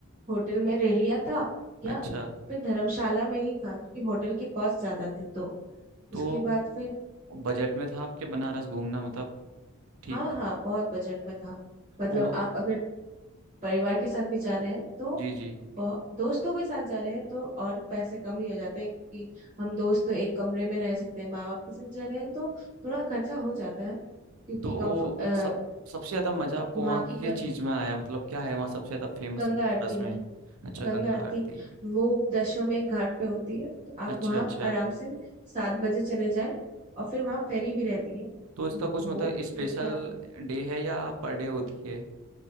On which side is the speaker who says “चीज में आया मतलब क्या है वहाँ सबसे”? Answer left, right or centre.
Right